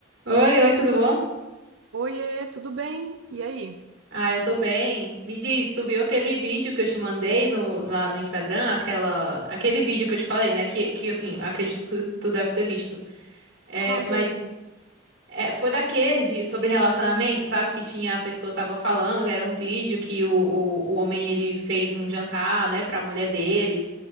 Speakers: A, on the right (about 65°); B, on the right (about 80°).
A: Oi, oi, tudo bom?
B: Oiê, tudo bem? E aí?
A: Ah, eu tô bem. Me diz, tu viu aquele vídeo que eu te mandei no, lá no Instagram? Aquela, aquele vídeo que eu te falei, né? Que, que assim, acredito que tu deve ter visto. É,
B: Qual
A: mas
B: deles?
A: é, foi daquele de, sobre relacionamento, sabe? Que tinha a pessoa tava falando, que era um vídeo que o, o, o homem ele fez um jantar, né, pra mulher dele.